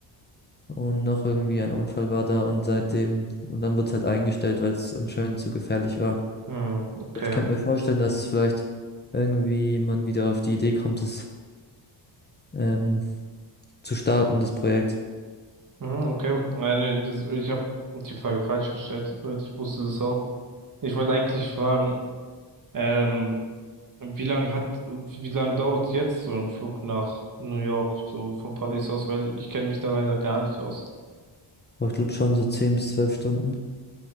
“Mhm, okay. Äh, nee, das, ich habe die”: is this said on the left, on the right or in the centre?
Right